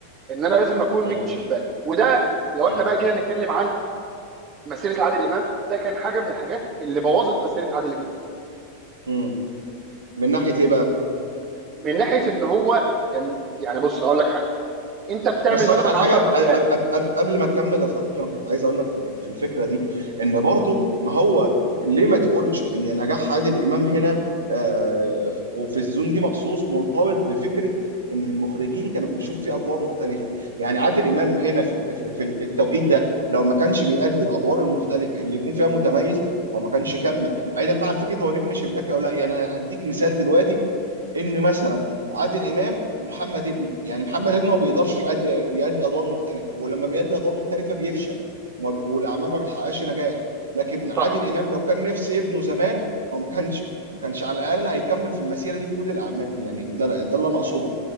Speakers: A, on the right (about 30°); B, on the right (about 75°).
A: ان انا لازم اكون
B: مم.
A: نجم شباك وده لو احنا
B: مم.
A: بقى جينا نتكلم عن مسيره عادل امام ده كان حاجه من الحاجات اللي بوظت مسيره عادل امام
B: مم. من ناحيه ايه بقى
A: من ناحيه ان هو كان يعني بص هقول لك حاجه انت بتعمل
B: بس اقول
A: مثلا
B: لك على حاجه
A: 10 افلام
B: أب- أب- أب- قبل ما تكمل يا صديقي انا كنت عايز اقول لك في في الفكره دي ان برضو ما هو ليه ما تقولش ان نجاح عادل امام هنا آه، ف- وفي الزون دي مخصوص مرتبط بفكره ان المخرجين كانوا بيشوفوا فيه ادوار مختلفه يعني عادل امام هنا في ال- في في التوقيت ده لو ما كانش بيأدي الادوار المختلفه اللي يكون فيها متميز هو ما كانش كمل بعيدا بقى عن فكره هو نجم شباك او لا يعني أنا هديك مثال دلوقتي ان مثلا عادل امام ومحمد ابنه يعني محمد ابنه ما بيقدرش يأدي يأدي أدوار مختلفة ولما بيأدي أدوار مختلفة بيفشل وما- والأعمال ما بتحققش نجاح لكن عادل
A: صح
B: إمام لو كان نفس ابنه زمان هو ما كانش ما كانش على الأقل هيكمل في المسيرة دي في كل الأعمال دي يعني ده ده اللي أنا أقصده